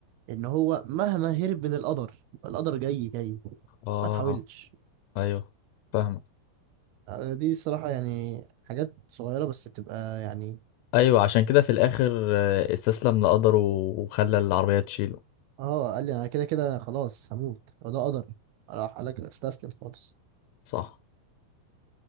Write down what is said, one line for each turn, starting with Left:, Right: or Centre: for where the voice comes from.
Right: ان هو مهما هرب من القدر القدر جاي جاي
Left: اه
Right: ما تحاولش
Left: ايوه فاهمك
Right: آه، دي الصراحة يعني حاجات صغيرة بس بتبقى يعني
Left: ايوه عشان كده في الاخر آه، استسلم لقدره وخلى العربيه تشيله
Right: اه قال لي انا كده كده خلاص هموت وده قدر راح قال لك استسلم خالص
Left: صح